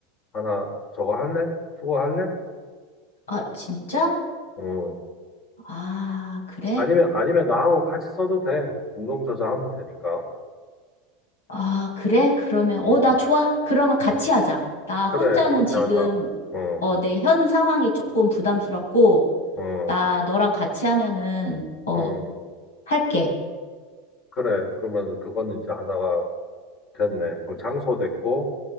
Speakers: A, on the left; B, on the left.
A: 하나 저거 할래? 두거 할래?
B: 아, 진짜?
A: 어.
B: 아, 그래?
A: 아니면 아니면 나하고 같이 써도 돼. 공동 저자하면 되니까.
B: 아, 그래? 그러면, 어,
A: 음.
B: 나 좋아. 그러면 같이 하자. 나
A: 그래.
B: 혼자는
A: 그렇게
B: 지금,
A: 하자. 어.
B: 어, 내 현 상황이 조금 부담스럽고,
A: 어.
B: 나 너랑 같이 하면은, 어,
A: 음.
B: 할게.
A: 그래. 그러면 그거는 이제 하나가 됐네. 그럼 장소 됐고